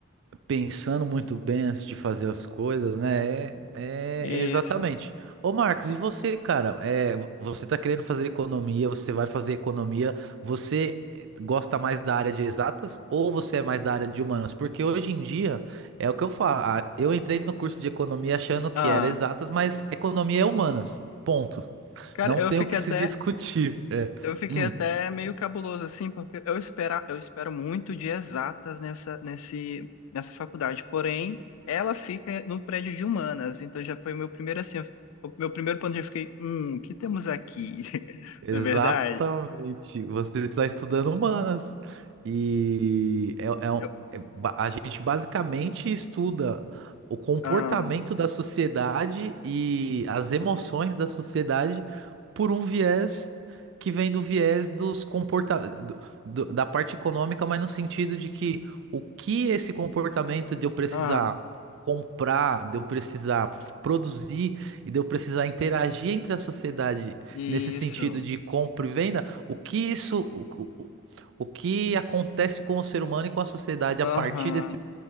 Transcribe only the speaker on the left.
Isso.
Ah.
Cara,
eu
fiquei
até
Eu fiquei
até meio cabuloso, assim, porque eu espera, eu espero muito de exatas nessa, nesse, nessa faculdade. Porém, ela fica no prédio de humanas, então já foi o meu primeiro, assim, o meu primeiro ponto, já fiquei, hum, o que temos aqui? <laughs>
Na verdade?
Eu,
ah,
ah,
isso,
aham,